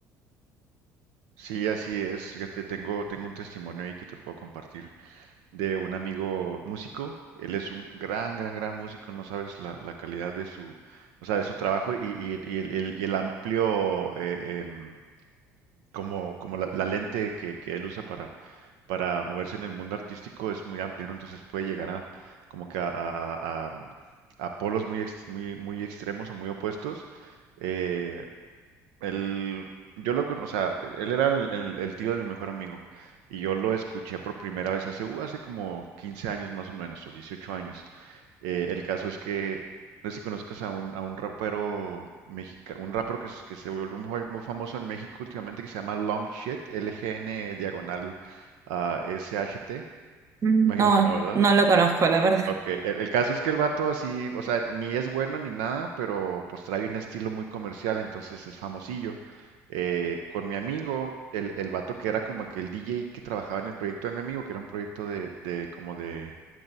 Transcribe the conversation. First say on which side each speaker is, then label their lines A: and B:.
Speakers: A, on the right; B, on the right.
A: Sí, así es. Fíjate, tengo, tengo un testimonio ahí que te puedo compartir de un amigo músico. Él es un gran, gran, gran músico. No sabes la, la calidad de su, o sea, de su trabajo y, y- y el, el- y el amplio eh, em, como, como la, la lente que, que él usa para, para moverse en el mundo artístico es muy amplia, ¿no? Entonces puede llegar a como que a, a- a- a- a polos muy, ex- muy, muy extremos o muy opuestos. Eh, él- yo lo con, o sea, él era el, el- el tío de mi mejor amigo y yo lo escuché por primera vez hace, uh, hace como 15 años más o menos, o 18 años. Eh, el caso es que, no sé si conozcas a un, a un rapero mexicano, un rapero que, se- que se volvió muy, muy famoso en México últimamente que se llama Long Shit, L G N diagonal ah, S H T
B: Mm,
A: Imagino
B: No,
A: que no, ¿verdad?
B: no lo conozco, la verdad.
A: Ok, el, el caso es que el vato así, o sea, ni es bueno ni nada, pero pues trae un estilo muy comercial, entonces es famosillo. Eh, con mi amigo, el, el vato que era como que el DJ que trabajaba en el proyecto de mi amigo, que era un proyecto de, de como de,